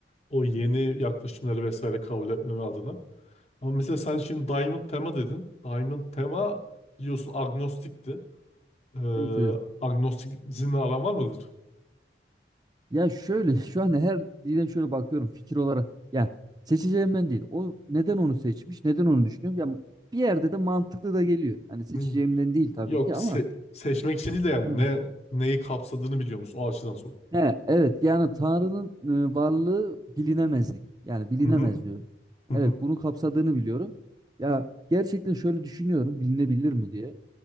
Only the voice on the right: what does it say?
Evet.
Evet evet.
Ya şöyle şu an her dile şöyle bakıyorum fikir olarak. Ya seçeceğimden değil. O neden onu seçmiş? Neden onu düşünüyorum? Ya bir yerde de mantıklı da geliyor. Hani seçeceğimden
değil tabii
ki ama
Hı.
he evet yani Tanrı'nın e, varlığı bilinemezlik. Yani bilinemez
diyor.
Evet
bunu kapsadığını biliyorum. Ya gerçekten şöyle düşünüyorum bilinebilir mi diye.